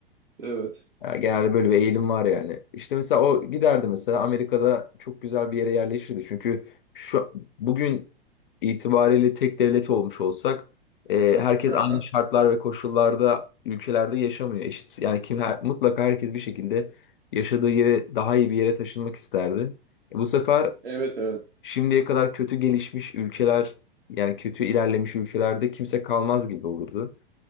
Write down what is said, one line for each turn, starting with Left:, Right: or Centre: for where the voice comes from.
Right: evet.
Left: Yani genelde böyle bir eğilim var yani. İşte mesela o giderdi mesela Amerika'da çok güzel bir yere yerleşirdi. Çünkü şu bugün itibariyle tek devlet olmuş olsak e, herkes
Right: Aha,
Left: Evet. aynı şartlar ve koşullarda ülkelerde yaşamıyor. Eşit yani kim her- mutlaka herkes bir şekilde yaşadığı yere daha iyi bir yere taşınmak isterdi. E, bu sefer
Right: Evet evet.
Left: şimdiye kadar kötü gelişmiş ülkeler yani kötü ilerlemiş ülkelerde kimse kalmaz gibi olurdu